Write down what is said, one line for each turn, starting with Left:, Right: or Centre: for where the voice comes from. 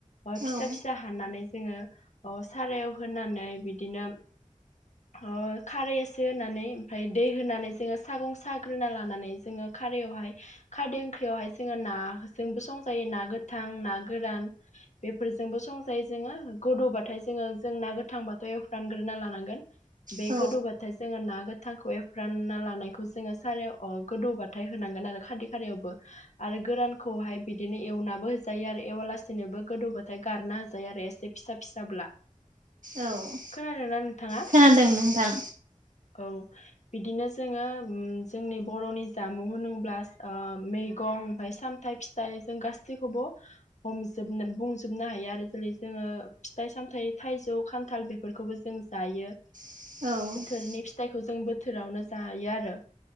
Left: ओ फिसा
Right: औ
Left: फिसा हानानै जोंङो सारायाव होनानै बिदिनो ओ खारै एसे होनानै ओमफ्राय दै होनानै जोंङो सागं साग्रोना लानानै जोंङो खारयावहाय खारदै ओंख्रियावहाय जोंङो नाजोंबो संजायो ना गोथां ना गोरान बेफोर जोंबो संजायो जोंङो गोदौबाथाय जोंङो जोंना गोथांबाथाय एवफानग्रोना लानांगोन बे
Right: औ
Left: गोदौ बाथाय जोंङो ना गोथांखौ एफ्रानना लानायखौ जोंङो सारायाव अ गोदौबाथाय होनांगोन आरो खारदै खाारियावबो आरो गोरानखौहाय बिदिनो एवनाबो होजायो आरो एवाला सेनोबो गोदौबाथाय गारना होजायो आरो एसे फिसा फिसाब्ला
Right: औ
Left: खोनादोंना नोंथाङा?
Right: खोनादों नोंथां
Left: औ बिदिनो जोंङो उम जोंनि बरनि जामुं होनोब्ला ओ मैगं ओमफाय सामथाइ फिथाइ दायो जों गासैखौबो हमजोबनो बुंजोबनो हायो आरो जेरै जोंङो फिथाइ सामथायाइ थाइजौ खान्थाल बेफोरखौबो जों जायो
Right: औ
Left: बोथोर नि फिथाइखौ जों बोथोरावनो जायो आरो